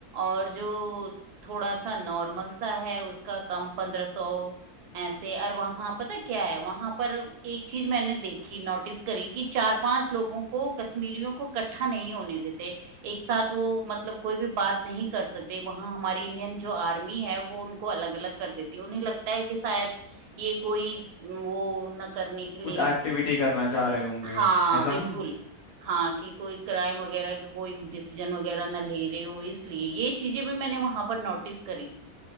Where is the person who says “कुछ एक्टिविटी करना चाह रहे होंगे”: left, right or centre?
Left